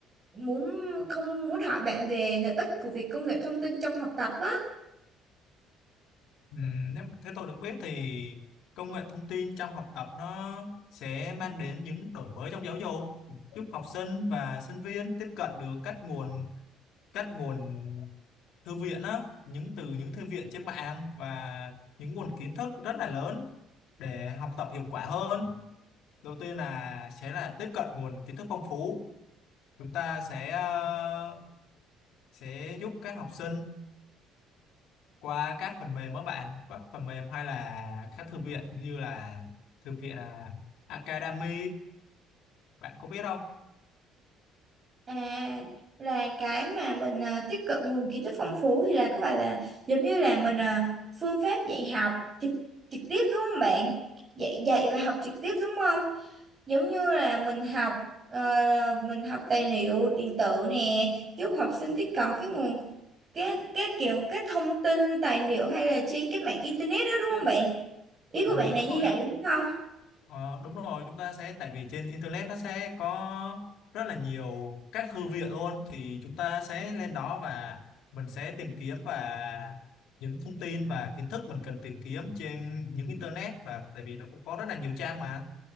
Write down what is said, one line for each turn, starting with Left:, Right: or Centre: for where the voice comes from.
Right: muốn không muốn hỏi bạn về lợi ích của việc công nghệ thông tin trong học tập á.
Left: Ừm, nếu thế tôi được biết thì công nghệ thông tin trong học tập nó sẽ mang đến những đổi mới trong giáo dục, giúp học sinh và sinh viên tiếp cận được các nguồn các nguồn thư viện á những từ những thư viện trên mạng và những nguồn kiến thức rất là lớn để học tập hiệu quả hơn đầu tiên là sẽ là tiếp cận nguồn kiến thức phong phú chúng ta sẽ ờ, sẽ giúp các học sinh qua các phần mềm các bạn các phần mềm hay là các thư viện cũng như là thư viện à, Academy bạn có biết không
Right: À là cái mà mình à, tiếp cận nguồn kiến thức phong phú thì là có phải là giống như là mình à, phương pháp dạy học trực trực tiếp đúng không bạn? Dạy dạy và học trực tiếp đúng không? giống như là mình học ờ, mình học tài liệu điện tử nè giúp học sinh tiếp cận cái nguồn cái cái kiểu cái thông tin tài liệu hay là trên cái mạng internet đó đúng không bạn ý của
Left: ừ,
Right: bạn là
Left: đúng
Right: như
Left: rồi
Right: vậy
Left: á
Right: đúng không
Left: Ờ, đúng rồi chúng ta sẽ tại vì trên internet nó sẽ có rất là nhiều các thư viện luôn thì chúng ta sẽ lên đó và mình sẽ tìm kiếm và những thông tin và kiến thức mình cần tìm kiếm trên những internet và tại vì nó cũng có rất là nhiều trang mà